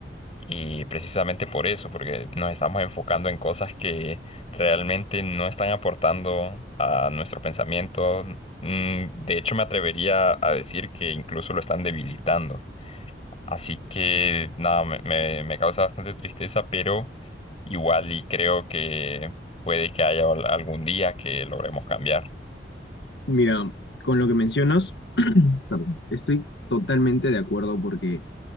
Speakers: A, on the left (about 35°); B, on the left (about 75°).
A: y precisamente por eso, porque nos estamos enfocando en cosas que realmente no están aportando a nuestro pensamiento. Mm, De hecho, me atrevería a decir que incluso lo están debilitando. Así que nada, me, me- me causa bastante tristeza, pero igual y creo que puede que haya al- algún día que logremos cambiar.
B: Mira, con lo que mencionas, perdón, estoy totalmente de acuerdo porque